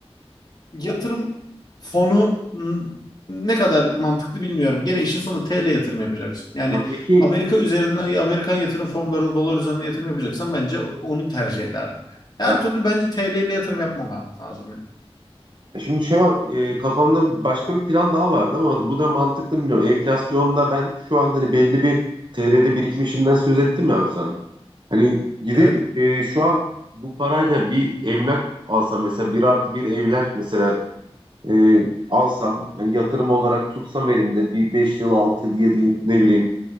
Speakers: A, on the left (about 40°); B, on the right (about 45°).
A: yatırım fonu n- ne kadar mantıklı bilmiyorum. Gene işin sonunda TL yatırım yapacaksın. Yani
B: Ya peki
A: Amerika üzerinden ya Amerikan yatırım fonlarına dolar üzerinden yatırım yapacaksan bence o- onu tercih ederdim yani. Her
B: ya
A: türlü bence TL ile yatırım yapmam lazım yani.
B: Ya Şimdi şey var, e, kafamda başka bir plan daha vardı ama bu da mantıklı mı bilmiyorum. Enflasyonla ben şu an hani belli bir TL'de birikmişimden söz ettim ya abi sana. Hani gidip
A: Evet.
B: e, şu an bu parayla bir emlak alsam mesela bir artı bir evler mesela e, alsam hani yatırım olarak tutsam elimde bir 5 yıl 6 yıl 7 yıl ne bileyim